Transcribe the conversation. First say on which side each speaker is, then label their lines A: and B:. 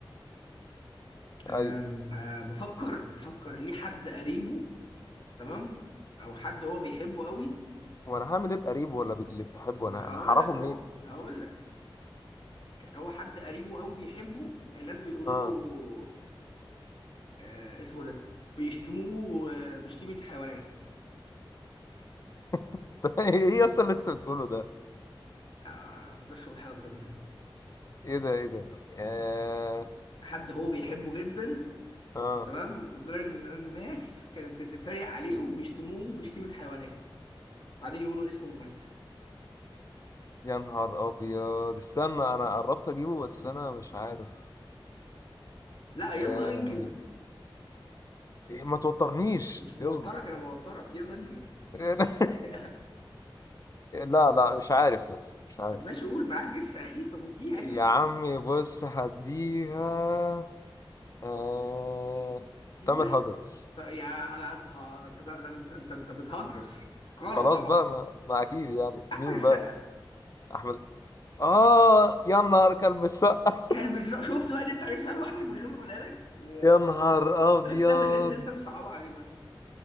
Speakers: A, on the left; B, on the left.
A: آم،
B: ايوه
A: آه، بفكر بفكر ليه حد قريبه تمام او حد هو بيحبه قوي
B: وانا هعمل ايه بقريب ولا بال- اللي بيحبه
A: ما
B: انا
A: هقول
B: انا هعرفه
A: لك اهو
B: منين
A: هقول لك هو حد قريبه قوي بيحبه الناس بيقولوا
B: اه
A: له آه، اسمه ده بيشتموه آه، بشتيمة حيوانات
B: <laughs> طب ايه اصلا اللي انت بتقوله ده
A: آه، ما اقدرش اقول حاجة اكتر من كده
B: ايه ده ايه ده آه.
A: حد هو بيحبه جدا
B: اه
A: تمام لدرجه ان الناس كانت بتتريق عليه وبيشتموه بشتيمه حيوانات بعدين يقولوا اسم ممثل
B: يا نهار ابيض استنى انا قربت اجيبه بس انا مش عارف
A: لا يلا
B: آه.
A: انجز
B: ما توترنيش
A: مش بوترك
B: اصبر
A: انا بوترك يلا انجز
B: <laughs>
A: <laughs>
B: لا لا مش عارف بس مش عارف
A: طب ماشي قول معاك جس اخير طب اديه
B: يا
A: اي حاجه
B: عمي بص هديها آه...
A: ايوه
B: تامر هجرس
A: طب يا انت ده انت ده انت انت انت بتهجرس غلط
B: خلاص
A: طبعا
B: بقى ما... ما اكيد يعني
A: احمد
B: مين
A: السقا
B: بقى احمد اه يا نهار كلب السقا
A: كلب السقا شفت بقى ان انت عرفت سهل لوحدك من غير ما اقولها لك يا.
B: يا نهار ابيض
A: قلت لك سهله جدا انت اللي مصعبها عليه بس